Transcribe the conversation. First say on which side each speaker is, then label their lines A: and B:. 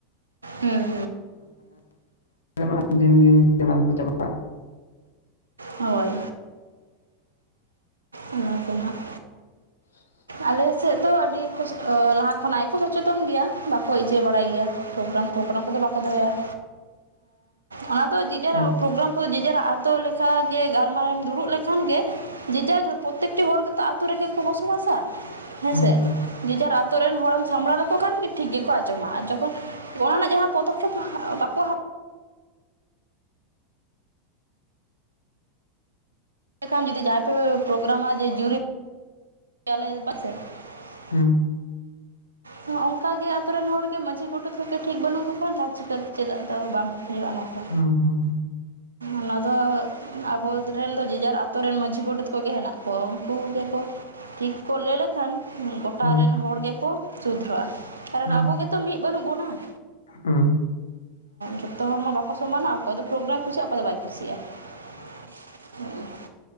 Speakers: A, on the right; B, on the left.
A: ᱦᱩᱸ
B: ᱫᱚ ᱫᱤᱱ ᱫᱤᱱ ᱪᱟᱜ
A: ᱦᱳᱭ ᱚᱱᱟ ᱠᱚ ᱦᱟᱸᱜ᱾
B: <inaudible>
A: ᱟᱞᱮᱥᱮᱫ ᱫᱚ ᱟᱹᱰᱤ ᱠᱚ ᱞᱟᱦᱟ ᱠᱷᱚᱱᱟᱜ ᱜᱮᱠᱚ ᱥᱚᱪᱮᱛᱚᱱ ᱜᱮᱭᱟ ᱵᱟᱠᱚ ᱤᱭᱟᱹ ᱵᱟᱲᱟᱭ ᱜᱮᱭᱟ᱾ ᱯᱨᱳᱜᱨᱟᱢ ᱯᱨᱳᱜᱨᱟᱢ ᱠᱚᱫᱚ ᱵᱟᱠᱚ ᱫᱚᱦᱚᱭᱟ ᱚᱱᱟ ᱫᱚ ᱡᱤᱡᱮ
B: ᱦᱟᱸᱜ
A: ᱨᱟᱜ ᱯᱨᱳᱜᱨᱟᱢ ᱠᱚ ᱡᱮᱡᱟ ᱨᱟᱜ ᱟᱛᱚ ᱞᱮᱠᱟᱜᱮ ᱜᱟᱞᱢᱟᱨᱟᱣ ᱮᱢ ᱫᱩᱲᱩᱜ ᱞᱮᱱᱠᱷᱟᱱ ᱜᱮ ᱡᱮᱡᱟᱨ <unintelligible> ᱯᱨᱚᱛᱛᱮᱠᱴᱤ ᱦᱚᱲ ᱜᱮᱛᱚ ᱟᱹᱛᱩ ᱨᱮᱜᱮ ᱠᱚ ᱵᱚᱥᱚᱵᱟᱥᱟ ᱦᱮᱸᱥᱮ
B: ᱦᱩᱸ
A: ᱡᱮᱡᱟᱨ ᱟᱛᱳ ᱨᱮᱱ ᱦᱚᱲᱮᱢ ᱥᱟᱢᱵᱲᱟᱣ ᱞᱮᱠᱚ ᱠᱷᱟᱱ ᱜᱮᱮ ᱴᱷᱤᱠ ᱜᱮᱠᱚ ᱟᱸᱡᱚᱢᱟ ᱟᱨ ᱡᱚᱠᱷᱚᱱ ᱚᱱᱟ ᱨᱮᱱᱟᱜ ᱡᱟᱦᱟᱸ ᱯᱚᱫᱚᱠᱠᱷᱮᱯ ᱢᱟ ᱵᱟᱠᱚ ᱦᱟᱛᱟᱣ ᱮᱠᱷᱟᱱ ᱡᱩᱫᱤ ᱡᱟᱦᱟᱸᱭ ᱯᱮ ᱯᱨᱳᱜᱨᱟᱢᱟ ᱡᱮ ᱡᱩᱨᱤ <unintelligible>
B: ᱦᱚᱸ
A: ᱦᱚᱸ ᱚᱱᱠᱟᱜᱮ ᱟᱛᱳ ᱨᱮᱱ ᱦᱚᱲᱜᱮ ᱢᱟᱹᱡᱷᱤ ᱜᱚᱰᱮᱛ ᱠᱚᱜᱮ ᱴᱷᱤᱠ ᱵᱟᱹᱱᱩᱜ ᱠᱚ ᱠᱷᱱᱟ ᱪᱤᱠᱟᱹ ᱪᱮᱫᱟᱜ ᱫᱚ ᱵᱟᱝ ᱦᱩᱭᱩᱜᱼᱟ ᱱᱚᱝ ᱠᱟ
B: ᱦᱩᱸ ᱦᱩᱸ ᱦᱩᱸ
A: ᱚᱱᱟ ᱫᱚ ᱟᱵᱚ ᱨᱮᱱ ᱫᱚ ᱡᱮᱡᱟᱨ ᱟᱛᱚ ᱨᱮᱱ ᱢᱟᱹᱡᱷᱤ ᱜᱚᱰᱮᱛ ᱠᱚᱜᱮ ᱦᱮᱱᱟᱜ ᱠᱚᱣᱟ ᱩᱱᱠᱩ ᱜᱮᱠᱚ ᱴᱷᱤᱠ ᱠᱚ ᱞᱟᱹᱭ ᱞᱮᱠᱷᱟᱱ ᱜᱚᱴᱟ
B: ᱦᱩᱸ
A: ᱨᱮᱱ ᱦᱚᱲ ᱜᱮᱠᱚ ᱥᱩᱫᱷᱨᱟᱹᱜᱼᱟ ᱠᱟᱨᱚᱱ
B: ᱦᱩᱸ
A: ᱟᱵᱚ ᱜᱮᱛᱚ ᱢᱤᱫ ᱵᱟᱹᱱᱩᱜ ᱵᱚᱱᱟ ᱾
B: ᱦᱩᱸ
A: ᱡᱚᱛᱚ ᱦᱚᱲ ᱢᱟ ᱵᱟᱠᱚ ᱥᱚᱢᱟᱱᱟ ᱚᱠᱚᱭ ᱫᱚ ᱯᱨᱳᱜᱨᱟᱢ ᱮ ᱠᱩᱥᱤᱭᱟᱜᱼᱟ ᱚᱠᱚᱭ ᱫᱚ ᱵᱟᱭ ᱠᱩᱥᱤᱭᱟᱜᱼᱟ ᱾ ᱦᱩᱸ ᱩᱸ